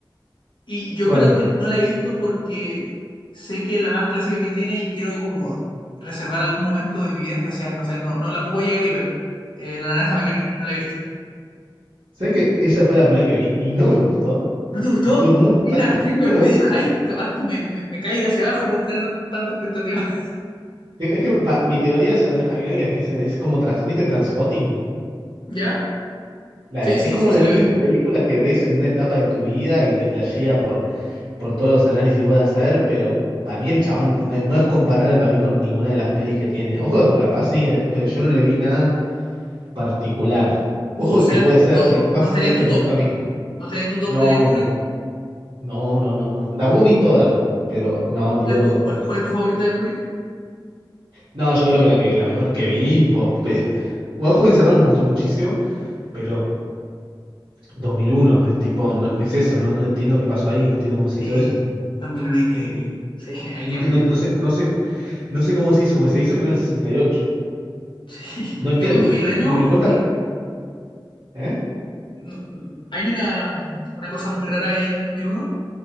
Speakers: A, on the left; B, on the right.
A: Y yo
B: ¿Cuál?
A: creo que no la he visto porque sé que es la más clásica que tiene y quiero como reservar algún momento de mi vida especial, no sé, no, no la puedo llegar y ver. Eh, La naranja mecánica, no la he visto.
B: ¿Sabes que esa fue la primera que vi y no me gustó?
A: ¿No te gustó?
B: Y estuve mucho.
A: Mira, tengo
B: No
A: el
B: me
A: medio
B: gusta.
A: hype, capaz que me, me- me caiga hacia abajo por tener tanta expectativa.
B: Es que pa- mi teoría de la naranja mecánica es que es, es como. Trans, ¿Viste Transpotting?
A: <laughs> ¿Ya?
B: La,
A: Sí,
B: de-
A: sí,
B: es como
A: sí,
B: un,
A: sí,
B: un
A: la vi.
B: tipo de película que ves en una etapa de tu vida y te flashea por. por todos los análisis que pueda hacer, pero para mí el chabón no, no es comparable para mí con ninguna de las pelis que tiene. Ojo, que capaz sí, eh, pero yo no le vi nada particular.
A: Uh,
B: Ojo
A: o sea,
B: que puede ser,
A: no,
B: eh, capaz
A: no
B: simplemente
A: estaría en tu
B: no
A: top.
B: me gusta a mí.
A: No estaría en tu top
B: No,
A: de Kubrick.
B: no, no, no, no, no. Tampoco vi todas, pero no, ni
A: ¿Cuál
B: loco.
A: es tu, cuál, cuál es tu favorita de Kubrick?
B: No, yo creo que la que la mejor que vi, po, pe- bueno, Ojo de me gustó muchísimo, pero dos mil uno, es tipo, no, es eso, no, no entiendo qué pasó ahí, no entiendo cómo se
A: Eh,
B: hizo eso.
A: también una increíble. Sí, <laughs> hay
B: No,
A: que admitirlo.
B: te- no, no sé, no sé, no sé cómo se hizo, porque se hizo creo en el 68.
A: Sí.
B: No entiendo.
A: Yo cuando vi el año,
B: No me cuesta.
A: que
B: ¿Eh?
A: no- hay una, una cosa muy rara ahí en 2001,